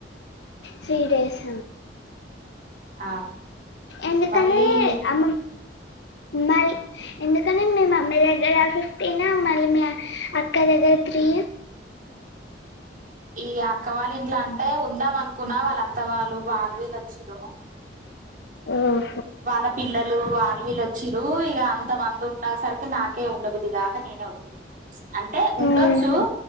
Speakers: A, on the left (about 75°); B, on the right (about 50°).
A: త్రీ డేస్
B: ఆ
A: ఎందుకని
B: మళ్ళీ
A: అమ్మ మల్ ఎందుకనీ మీ మమ్మీ దగ్గర ఫిఫ్టీన్ మళ్ళీ మీ అక్క దగ్గర త్రీ
B: ఈ అక్కవాళ్ళ ఇంట్లో అంటే ఉందా మనకు కున్న, వాళ్ళు అత్త వాళ్ళు వాళ్ళుీవిళచ్చిరు.
A: ఆఓ
B: వాళ్ళ పిల్లలు వల్లువిల్లు వచ్చిారు. ఇగా అంత మంది ఉన్న సరికి నాకే ఉండబుద్దికలే నేనే వచ్చసిన అంటే ఉండొచ్చు.
A: ఊహు.